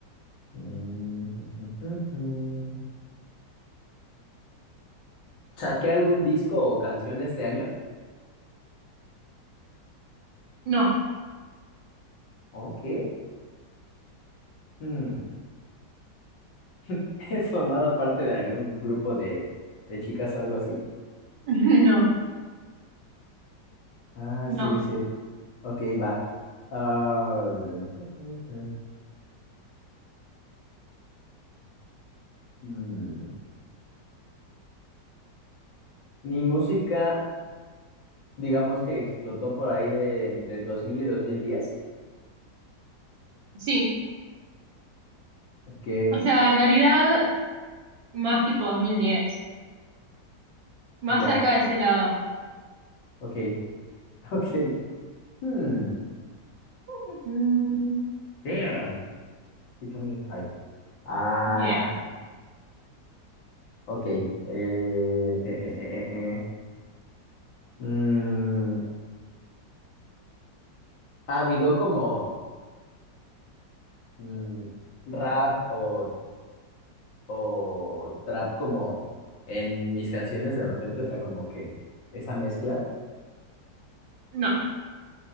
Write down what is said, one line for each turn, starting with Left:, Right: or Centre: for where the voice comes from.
Left: Mm, <laughs> ¿Saqué algún disco o canción este año?
Right: no,
Left: Ok. Hmm. <laughs> ¿He formado parte de algún grupo de, de chicas o algo así?
Right: <laughs> no.
Left: Ah,
Right: No,
Left: shit, shit. Ok, va. Ah, <laughs> hmm. Mi música, digamos que explotó por ahí de entre 2000 y dos mil diez,
Right: Sí,
Left: Ok,
Right: o sea, en realidad más tipo 2010, más
Left: ya,
Right: cerca de ese lado.
Left: ok, <laughs> ok. Hmm.
Right: Mm,
Left: Damn, becoming hard. Ah,
Right: yeah,
Left: ok. Eh, eh, eh, eh, eh. eh. Mm, Ha habido como mm, rap o, o trap como en mis canciones de repente, o sea, como que esa mezcla.
Right: no.